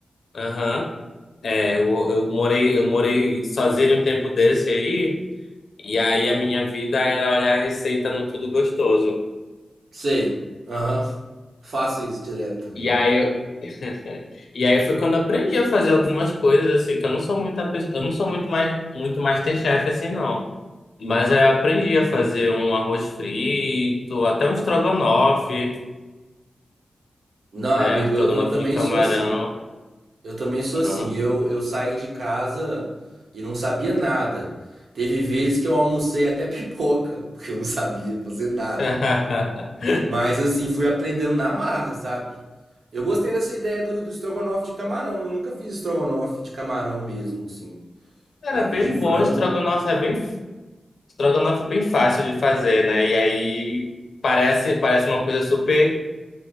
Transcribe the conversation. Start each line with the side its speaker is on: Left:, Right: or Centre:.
Left: Aham. É, eu, eu morei, eu morei sozinho um tempo desse aí, e aí a minha vida era olhar a receita no Tudo Gostoso.
Right: Sei. Aham. Faço isso direto também.
Left: E aí eu... <laughs> E aí foi quando eu aprendi a fazer algumas coisas assim, que eu não sou muita pessoa, eu não sou muito mais muito MasterChef assim não. Mas aí eu aprendi a fazer um arroz frito, até um estrogonofe,
Right: Não,
Left: né?
Right: amigo,
Left: Um estrogonofe
Right: eu, eu também
Left: de camarão.
Right: sou assim. Eu também sou
Left: Uhum.
Right: assim. Eu, eu saí de casa e não sabia nada. Teve vezes que eu almocei até <laughs> pipoca, porque eu não sabia fazer nada.
Left: <laughs>
Right: Mas assim, fui aprendendo na marra, sabe? Eu gostei dessa ideia do, do estrogonofe de camarão. Eu nunca fiz estrogonofe de camarão mesmo, assim.
Left: Cara,
Right: Já
Left: bem
Right: fiz de frango.
Left: bom, estrogonofe é bem estrogonofe é bem fácil de fazer, né? E aí parece parece uma coisa super